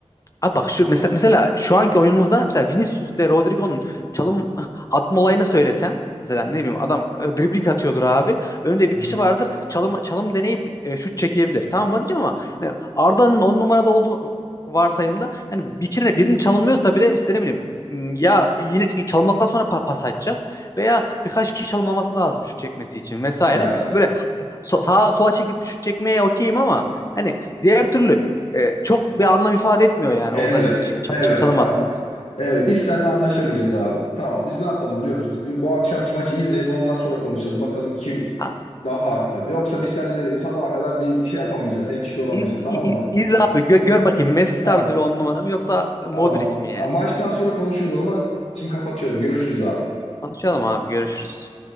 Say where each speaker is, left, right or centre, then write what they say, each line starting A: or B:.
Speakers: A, on the left; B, on the left.
A: Abi bak şu mesela, mesela şu anki oyunumuzda mesela Vinicius ve Rodrigo'nun çalım atma olayını söylesen mesela ne bileyim adam e, dribbling atıyordur abi. Önünde bir
B: Hı hı.
A: kişi vardır. Çalım çalım deneyip e, şut çekebilir. Tamam mı diyeceğim ama yani Arda'nın 10 numarada olduğu varsayımda yani bir kere birini çalımlıyorsa bile işte ne bileyim m, ya yine çalımladıktan sonra pa- pas atacak veya birkaç kişi çalımlaması lazım şut çekmesi için vesaire.
B: Ya
A: Böyle so- sağa sola çekip şut çekmeye okeyim ama yani diğer türlü e, çok bir anlam ifade etmiyor yani
B: Emre
A: orada ç- ç-
B: Emre
A: çalım
B: tamam.
A: atmaz.
B: Emre biz seninle anlaşamayacağız abi. Tamam biz ne yapalım biliyor musunuz? Bir- Bu akşamki maçı izleyelim ondan sonra konuşalım. Bakalım kim
A: Ha,
B: Daha haklı. Yoksa biz seninle sabaha kadar bir şey yapamayacağız. Hemfikir olamayacağız.
A: i-
B: Tamam
A: i-
B: mı?
A: i- izle abi gö- gör bakayım Messi
B: Tamam.
A: tarzı bir on numara mı yoksa Modric
B: Tamam.
A: mi yani?
B: Ha, Maçtan sonra konuşuruz o zaman. Şimdi kapatıyorum. Görüşürüz abi.
A: Konuşalım abi görüşürüz.